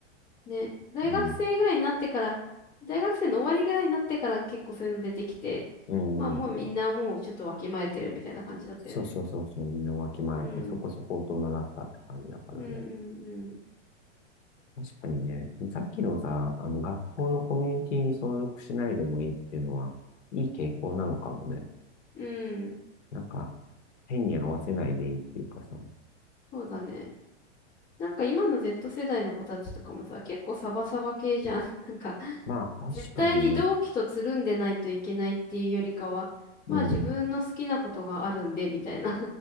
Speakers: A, on the left (about 25°); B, on the left (about 80°).
A: ね、大学生ぐらいになってから、
B: う。うん。
A: 大学生の終わりぐらいになってから結構そういうの出てきて、
B: うん。
A: まあ、もうみんなもうちょっとわきまえてるみたいな感じだったよね。
B: そうそうそうそう、みんなわきまえてそこそこ大人だったって感じだからね。
A: うん。うんうん
B: 確かにね、さっきのさ、あの学校のコミュニティに所属しないでもいいっていうのは、いい傾向なのかもね。
A: うん。うん。
B: なんか、変に合わせないでいいっていうかさ。
A: そうだね。なんか今の Z 世代の子たちとかもさ、結構サバサバ系じゃん。<laughs> なんか、
B: まあ確かにね、
A: 絶対に同期とつるんでないといけないっていうよりかは、
B: うん。
A: まあ自分の好きなことがあるんで、みたいな。